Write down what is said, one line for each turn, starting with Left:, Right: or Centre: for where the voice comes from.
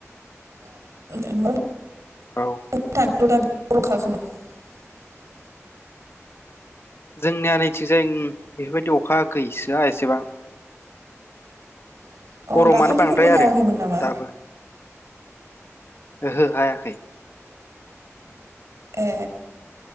Right: <unintelligible>
Left: औ
Right: <unintelligible>
Left: जोंनिया नैथिंजाय उम। बेफोरबायदि अखा गैसोआ एसेबां।
Right: अ
Left: गरमानो
Right: दाखालिफोरबो
Left: बांद्राय आरो
Right: हायाखैमोन नामा?
Left: दाबो ओहो हाया खौ।
Right: ए